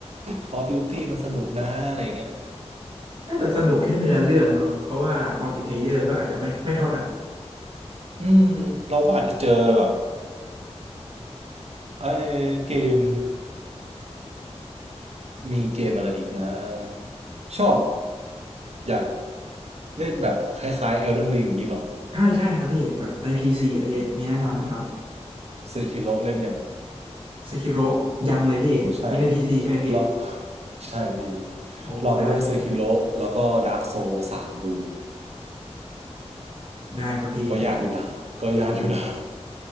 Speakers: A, on the right; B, on the right.
A: Call of Duty มันสนุกนะอะไรเงี้ย
B: น่าจะสนุกแค่เนื้อเรื่องเนาะเพราะว่ามัลติเพลเยอร์ก็อาจจะไม่ไม่เท่าไหร่
A: อืมเราก็อาจจะเจอแบบ ไอ้เกมมีเกมอะไรอีกนะชอบอยากเล่นแบบคล้ายๆ Elden Ring อย่างนี้เหรอ
B: ใช่ใช่ครับพี่แบบในพีซีอะพี่มีแนะนำไหมครับ
A: Sekiro เล่นยัง
B: สคิโรยังเลยพี่มีในพีซีใช่ไหมพี่
A: ใช่ <laughs> ลอง <laughs> ใช่มี
B: โอ้ได้พี่
A: ลองไปเล่น Sekiro แล้วก็ Dark Souls 3ดู
B: ได้ครับพี่ได้
A: ก็ยากอยู่นะ <laughs> ก็ยากอยู่นะ